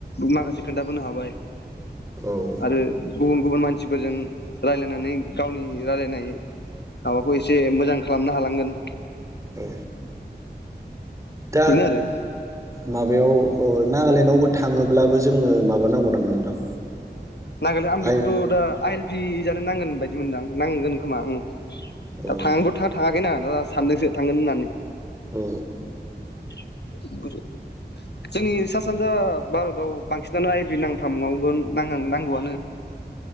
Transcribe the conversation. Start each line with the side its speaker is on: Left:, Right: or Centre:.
Left: माखासे खोनथाबोनो हाबाय
Right: औ
Left: आरो गुबुन गुबुन मानसिफोरजों रायलायनानै गावनि रायलायनाय माबाखौ एसे मोजां खालामनो हालांगोन
Right: औ दा
Left: बेनो आरो
Right: माबायाव अ नागालेण्डआवबो थाङोब्लाबो जोंनो माबा नांगौ नामा नोंथां
Left: नागालेण्ड आं
Right: आइ
Left: बिखौथ' दा आइ फि जानो नांगोन बायदि मोनदां नांगोन खोमा ओं दा
Right: औ
Left: थाङाबो थाङाखैना आं ओ सान्दोंसो थांगोन होननानै
Right: औ
Left: <unintelligible> जोंनि सा सानजा बारताव बांसिनानो आइभ नांथामावगोन नानां नांगौआनो